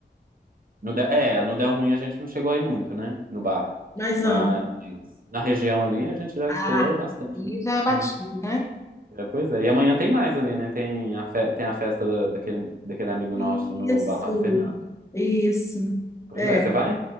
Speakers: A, on the right; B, on the left.
A: No Del, é, no Del Ruim a gente não chegou aí muito, né? No bar.
B: Mas,
A: Mas
B: ah,
A: na região ali a gente já
B: Ah,
A: explorou bastante.
B: e
A: né?
B: já é batido,
A: Hum.
B: né?
A: É, pois é. E amanhã tem mais ali, né? Tem a, fe- tem a festa da- daquele, daquele amigo
B: isso,
A: nosso no Bar do Fernando.
B: isso.
A: Pois
B: É.
A: é, você vai?